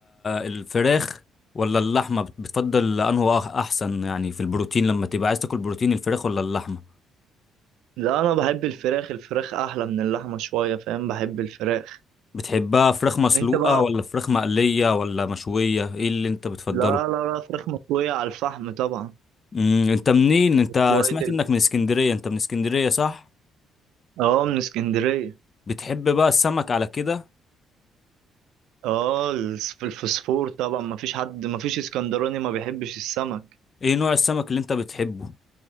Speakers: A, on the left; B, on the right.
A: الفراخ ولا اللحمة بت- بتفضل أنه أح- أحسن يعني في البروتين لما تبقى عايز تاكل بروتين الفراخ ولا اللحمة
B: لا انا بحب الفراخ الفراخ احلى من اللحمه شويه فاهم بحب الفراخ
A: بتحبها فراخ مسلوقة
B: انت بقى
A: ولا فراخ مقلية ولا مشوية إيه اللي أنت بتفضله
B: لا لا لا فراخ مشويه على الفحم طبعا
A: امم أنت منين أنت
B: شويه
A: سمعت
B: ال-
A: إنك من اسكندرية أنت من اسكندرية صح
B: اه من اسكندريه
A: بتحب بقى السمك على كده
B: اه الس- الفسفور طبعا ما فيش حد ما فيش اسكندراني ما بيحبش السمك
A: إيه نوع السمك اللي أنت بتحبه